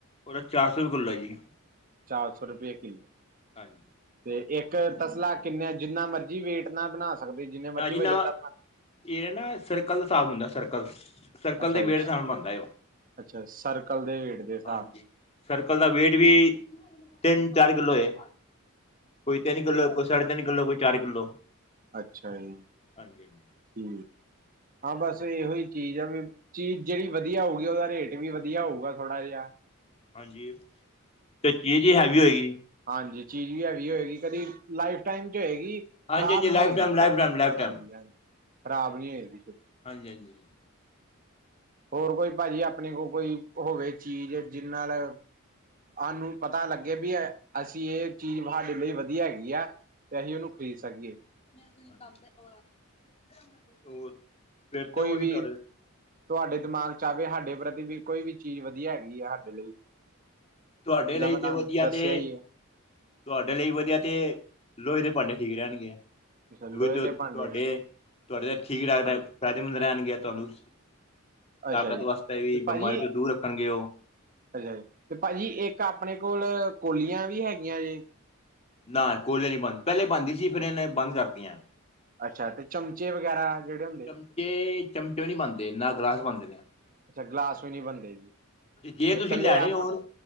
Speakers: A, on the left (about 30°); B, on the right (about 40°).
A: ਔਂਦਾ ਚਾਰ ਸੌ ਰੁਪਏ ਕੁਲ ਹੈ ਜੀ।
B: ਚਾਰ ਸੌ ਰੁਪਏ ਕਿਲੋ
A: ਹਾਂਜੀ
B: ਤੇ ਇੱਕ ਤਸਲਾ ਕਿੰਨੇ, ਜਿੰਨਾ ਮਰਜੀ ਵੇਟ ਨਾ ਬਣਾ ਸਕਦੇ ਜਿੰਨੇ
A: ਨਾ
B: ਮਰਜੀ
A: ਜੀ
B: ਵਜਨ
A: ਨਾ,
B: ਦਾ ਬਣਾ
A: ਇਹ ਨਾ ਸਰਕਲ ਦਾ ਹਿਸਾਬ ਹੁੰਦਾ, ਸਰਕਲ ਸਰਕਲ
B: ਅੱਛਾ
A: ਦੇ ਵੇਟ
B: ਜੀ
A: ਦੇ ਹਿਸਾਬ ਨਾਲ ਬਨਦਾ ਏ ਉਹ।
B: ਅੱਛਾ ਸਰਕਲ ਦੇ ਵੇਟ ਦੇ ਹਿਸਾਬ
A: ਹਾਂਜੀ।
B: ਨਾਲ,
A: ਸਰਕਲ ਦਾ ਵੇਟ ਵੀ ਤਿੰਨ, ਚਾਰ ਕਿਲੋ ਏ। ਕੋਈ ਤਿੰਨ ਕਿੱਲੋ, ਕੋਈ ਸਾਢੇ ਤਿੰਨ ਕਿੱਲੋ, ਕੋਈ ਚਾਰ ਕਿੱਲੋ
B: ਅੱਛਾ ਜੀ।
A: ਹਾਂਜੀ ਹਾਂਜੀ।
B: ਠੀਕ, ਹਾਂ ਬਸ ਇਹੋ ਹੀ ਚੀਜ਼ ਆ, ਵੀ ਚੀਜ਼ ਜਿਹੜੀ ਵਧੀਆ ਹੋਊਗੀ, ਉਹਦਾ ਰੇਟ ਵੀ ਵਧੀਆ ਹੋਊਗਾ ਥੋੜਾ ਜਿਹਾ
A: ਹਾਂਜੀ ਤੇ ਚੀਜ਼ ਵੀ ਹੈਵੀ ਹੋਏਗੀ।
B: ਹਾਂਜੀ ਚੀਜ਼ ਵੀ ਹੈਗੀ ਹੋਏਗੀ, ਕਦੀ ਲਾਈਫ ਟਾਈਮ ਝਏਗੀ।
A: ਹਾਂਜੀ
B: ਖ਼ਰਾਬ
A: ਹਾਂਜੀ
B: ਨੀ
A: ਲਾਈਫ
B: ਹੋਏਗੀ
A: ਟਾਈਮ
B: ਛੇਤੀ,
A: ਲਾਈਫ ਟਾਈਮ ਲਾਈਫ ਟਾਈਮ
B: ਹਾਂਜੀ ਹਾਂਜੀ। ਖ਼ਰਾਬ ਨੀ ਹੋਏਗੀ ਛੇਤੀ।
A: ਹਾਂਜੀ ਹਾਂਜੀ।
B: ਹੋਰ ਕੋਈ ਪਾੱਜੀ ਅਪਣੇ ਕੋਲ ਕੋਈ ਹੋਵੇ ਚੀਜ਼ ਜਿਰ ਨਾਲ ਸਾਨੂੰ ਪਤਾ ਲੱਗੇ ਵੀ, ਅਸੀਂ ਇਹ ਚੀਜ਼ ਸਾਡੇ ਲਈ ਵਧੀਆ ਹੈਗੀ ਏ। ਤੇ ਅਸੀ ਉਹਨੂੰ ਖਰੀਦ ਸਕੀਏ।
A: <unintelligible>
B: ਕੋਈ ਵੀ
A: ਤੁਹਾਡੇ
B: ਤੁਵਾਡੇ ਦਿਮਾਗ ਚਾਹਵੇ ਸਾਡੇ ਪ੍ਰਤੀ ਵੀ ਕੋਈ ਵੀ ਚੀਜ਼ ਵਧੀਆ ਹੈਗੀ ਆ ਸਾਡੇ ਲਈ
A: ਤੁਹਾਡੇ ਲਈ
B: ਲਵਾ
A: ਤੇ
B: ਤਾ
A: ਵਧੀਆ
B: ਦੱਸਿਆ
A: ਤੇ
B: ਹੀ ਏ।
A: ਤੁਹਾਡੇ ਲਈ ਵਧੀਆ ਤੇ ਲੋੋਹੇ ਦੇ ਭਾਂਡੇ, ਠੀਕ ਰਹਿਣਗੇ।
B: ਅੱਛਾ ਲੋਹੇ
A: ਕੁਝ ਔ
B: ਦੇ
A: ਤੁਹਾਡੇ,
B: ਭਾਂਡੇ
A: ਤੁਹਾਡੇ ਲਈ ਠੀਕ ਰਹਣ
B: ਹਾਂਜੀ
A: ਫਾਇਦੇਮੰਦ ਰਹਿਣਗੇ ਤੁਹਾਨੂੰ ਤਾਕਤ
B: ਅੱਛਾ ਜੀ
A: ਵਾਸਤੇ
B: ਤੇ
A: ਵੀ, ਬਿਮਾਰੀ
B: ਭਾਜੀ
A: ਤੋਂ ਦੂਰ ਰੱਖਣਗੇ ਉਹ
B: ਅੱਛਾ, ਤੇ ਭਾੱ ਜੀ ਇੱਕ ਅਪਣੇ ਕੋਲ ਕੋਲੀਆਂ ਵੀ ਹੈਗੀਆਂ ਜੇ
A: ਨਾ ਕੋਲੇ ਨੀ ਬੰਣ, ਪਹਿਲੇ ਬਣਦੀ ਸੀ ਫਿਰ ਇਹ ਬੰਦ ਕਰਤੀਆਂ।
B: ਅੱਛਾ, ਤੇ ਚਮਚੇ ਵਗੈਰਾ ਜਿਹੜੇ ਹੁੰ
A: ਚਮਚੇ, ਚਮਚੇ ਨੀ ਬਣਂਦੇ ਨਾ ਗਲਾਸ ਬਣਦੇ ਨੇ।
B: ਅੱਛਾ ਗਲਾਸ ਵੀ ਨਹੀਂ ਬਣਦੇ ਜੀ
A: ਜੇ
B: ਅੱਛਾ
A: ਤੁਸੀਂ
B: ਇਕੱਲੇ
A: ਲੈਣੇ
B: ਆਪ
A: ਹੋਣ